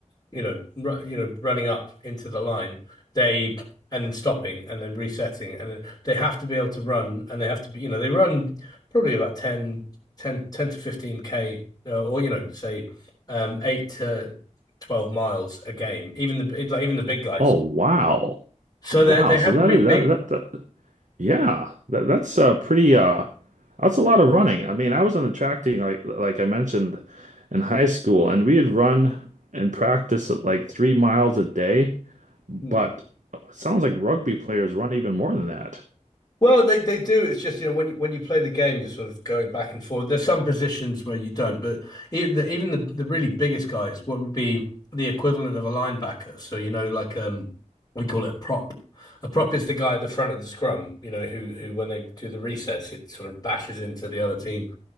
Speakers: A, on the left (about 30°); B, on the right (about 70°).
A: you know, ru you know, running up into the line. They and stopping and then resetting and then they have to be able to run and they have to be, you know, they run probably about ten, ten, ten to 15K uh, or, you know, say um 8 to 12 miles a game, even the like, even the big guys.
B: Oh, wow.
A: So
B: Wow.
A: they they
B: So
A: have
B: that
A: to be
B: is
A: big.
B: that that that. Yeah, that, that's uh pretty uh that's a lot of running. I mean, I was on the track team like like I mentioned in high school and we would run and practice at like three miles a day,
A: Hmm.
B: but it sounds like rugby players run even more than that.
A: Well, they, they do. It's just, you know, when you, when you play the game, you're sort of going back and forth. There's some positions where you don't, but even the, even the, the really biggest guys, what would be the equivalent of a linebacker? So, you know, like um, we call it a prop. A prop is the guy at the front of the scrum, you know, who who when they do the resets, it sort of bashes into the other team.